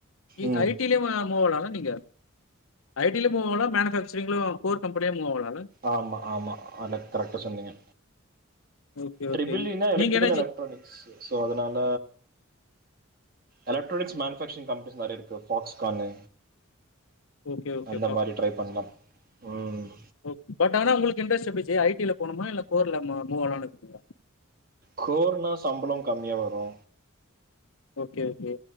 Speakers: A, on the left; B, on the right.
A: இ
B: ம்
A: ஐ டியிலு ம மூவாளாள நீங்க ஐ டில போலா மேனு பேக்சரிங்லோ கோர் கம்பனியா மூவாகளா இல்ல
B: ஆமா ஆமா அத்ல கரெக்டா சொன்னிங்க
A: ஓகே,
B: ட்ரிபில்
A: ஓகே.
B: ஈனா எலக்ட்ரிக்கல்
A: நீங்க என்ன
B: எலக்ட்ரானிக்ஸ்
A: ஜி
B: சோ அதனால எலக்ட்ரானிக்ஸ் மேனிப்பேக்சரிங்ஸ் கம்பனிஸ் நெறைய இருக்கு ஃபாக்ஸ்கானு
A: ஓகே, ஓகே.
B: அந்த மாரி ட்ரை பண்லாம் ம்
A: ஓ பட் ஆனா உங்களுக்கு இன்டரஸ்ட் எப்டி ஜீ ஐ டில போனுமா இல்ல கோர்ல மூ மூவால்னு இருக்கீங்ளா
B: கோர்னா சம்பளோ கம்மியா வரு
A: ஓகே, ஓகே.